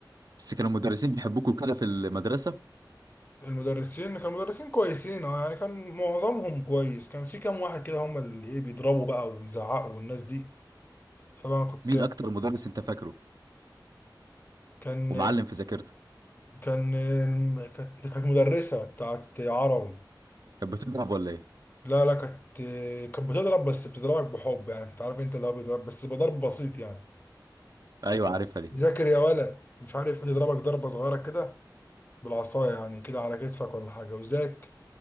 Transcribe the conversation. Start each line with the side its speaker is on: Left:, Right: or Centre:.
Right: بس كانوا المدرسين بيحبوكوا كده في المدرسة
Left: المدرسين كانوا مدرسين كويسين اه يعني كان معظمهم كويس كان في كام واحد كده هم اللي ايه بيضربوا بقى ويزعقوا والناس دي فانا كنت
Right: مين اكتر مدرس انت فاكره
Left: كان
Right: ومعلم في ذاكرتك
Left: كان كانت كانت مدرسة بتاعت عربي
Right: كانت بتضرب ولا ايه
Left: لا لا كانت كانت بتضرب بس بتضربك بحب يعني انت عارف انت اللي هو بيضرب بس بضرب بسيط يعني
Right: ايوه عارفها دي
Left: ذاكر يا ولد مش عارف ايه يضربك ضربة صغيرة كده بالعصاية يعني كده على كتفك ولا حاجة وذاك